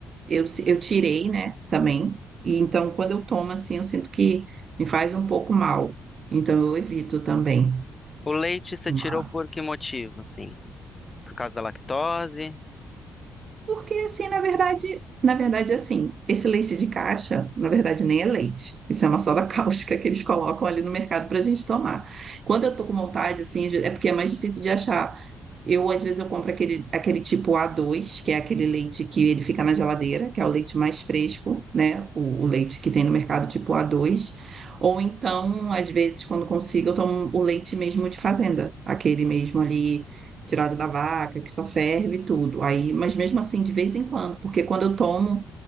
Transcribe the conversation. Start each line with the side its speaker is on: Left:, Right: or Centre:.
Right: Eu, se- eu tirei, né, também. E então, quando eu tomo assim, eu sinto que me faz um pouco mal. Então, eu evito também
Left: O leite você
Right: tomar.
Left: tirou por que motivo, assim? Por causa da lactose?
Right: Porque assim, na verdade, na verdade, assim, esse leite de caixa, na verdade, nem é leite. Isso é uma soda <laughs> cáustica que eles colocam ali no mercado para a gente tomar. Quando eu tô com vontade, assim, é porque é mais difícil de achar Eu, às vezes, eu compro aquele, aquele tipo A2, que é aquele leite que ele fica na geladeira, que é o leite mais fresco, né? O, o leite que tem no mercado tipo A2. Ou então, às vezes, quando consigo, eu tomo o leite mesmo de fazenda, aquele mesmo ali tirado da vaca, que só ferve e tudo. Aí, mas mesmo assim, de vez em quando, porque quando eu tomo,